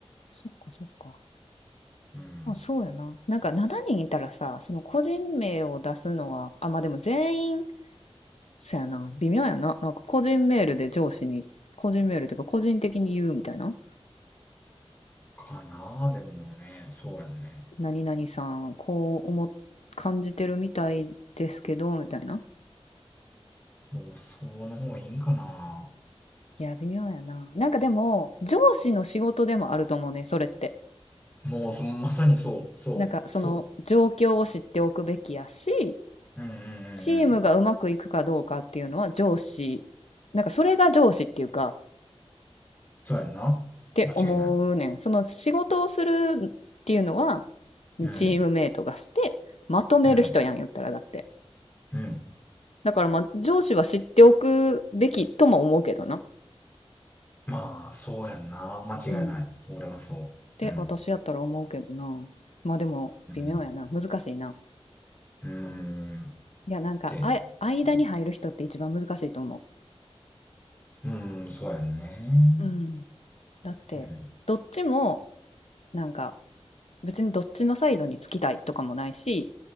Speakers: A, on the left; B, on the left.
A: そっかそっか
B: うん。
A: あそうやななんか7人いたらさその個人名を出すのはあまあでも全員そやな、微妙やな。なんか個人メールで上司に、個人メールというか個人的に言うみたいな。
B: かなでもね、そうやんね。
A: 何々さん、こう思っ、感じてるみたいですけど、みたいな。
B: もう、その方がいいんかな
A: いや、微妙やな。なんかでも、上司の仕事でもあると思うね、それって。
B: もう、そまさにそう、そう、
A: なんかその状況を知っておくべきやし、
B: そう。うんうんうんうん。
A: チームがうまくいくかどうかっていうのは上司、なんかそれが上司っていうか、
B: そうやんな間違いない。
A: って思うねん。その仕事をするっていうのは
B: うん、
A: チームメイトがしてまとめる人やん言ったらだって。
B: うん、うん。
A: だからまあ上司は知っておくべきとも思うけどな。っ
B: まあ、そうやんな。間違いない。
A: うん。
B: それはそう。
A: て私やったら思うけどな。
B: うん。
A: まあでも微妙やな。
B: うん。
A: 難しいな。
B: うーん。
A: いやなんかあ間に入る人って一番難しいと思
B: で、うん。うーん、そうやんね。
A: う。うん。だってどっちも
B: うん。
A: なんか別にどっちのサイドにつきたいとかもないし